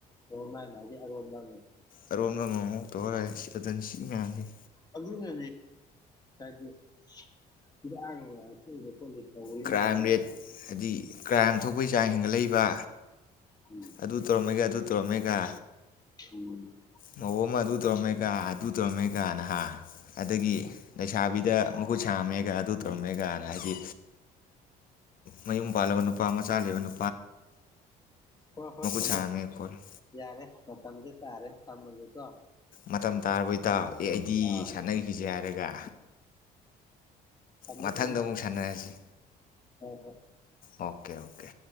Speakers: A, on the left; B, on the left.
A: ꯍ ꯃꯥꯏ ꯃꯥꯒꯤ ꯑꯔꯣꯟꯕꯥ
B: ꯑꯔꯣꯟꯕ ꯑꯃ ꯇꯧꯔ ꯂꯩꯔꯦ <unintelligible>
A: ꯑꯗꯨꯟꯅꯦ <unintelligible>
B: ꯀ꯭ꯔꯥꯏꯝ ꯔꯦꯠ ꯍꯥꯏꯗꯤ ꯀ꯭ꯔꯥꯏꯝ ꯊꯣꯛꯄꯑꯩ ꯆꯥꯡ ꯍꯦꯟꯒꯠꯂꯛꯏꯕ
A: ꯎꯝ
B: ꯑꯗꯨ ꯇꯧꯔꯝꯃꯦꯒ ꯑꯗꯨ ꯇꯧꯔꯝꯃꯦꯒ
A: <unintelligible>
B: ꯃꯧ ꯑꯃ ꯑꯗꯨ ꯇꯧꯔꯝꯃꯦꯀꯥ ꯑꯗꯨ ꯇꯧꯔꯝꯃꯦ ꯀꯥꯅ ꯍꯥ ꯑꯗꯥꯒꯤ ꯂꯩꯁꯥꯕꯤꯗ ꯃꯍꯨꯠ ꯈꯃꯦꯒ ꯑꯗꯨ ꯇꯧꯔꯝꯃꯦꯀ ꯍꯥꯏꯗꯤ ꯃꯌꯨꯝ ꯄꯥꯜꯂꯕ ꯅꯨꯄꯥ ꯃꯆꯥ ꯂꯩꯕ ꯅꯨꯄꯥ
A: ꯍꯣꯏ ꯍꯣꯏ ꯑꯗꯣ
B: ꯁꯥꯔꯝꯃꯦ ꯈꯣꯠꯂꯦ
A: ꯌꯥꯔꯦ ꯃꯇꯝꯁꯦ ꯇꯥꯔꯦ ꯊꯝꯃꯥꯒꯦ ꯀꯣ
B: ꯃꯇꯝ ꯇꯥꯔꯕꯣ ꯏꯇꯥꯎ ꯑꯦ ꯑꯩꯗꯤ
A: ꯑꯥ
B: ꯁꯥꯟꯅꯈꯤꯁꯦ ꯍꯥꯏꯔꯒ
A: ꯊꯝꯃꯦ
B: ꯃꯊꯪꯗ
A: ꯊꯝꯃꯦ
B: ꯑꯃꯨꯛ ꯁꯥꯟꯅꯔꯁꯤ
A: ꯍꯣꯏ ꯍꯣꯏ
B: ꯑꯣꯀꯦ ꯑꯣꯀꯦ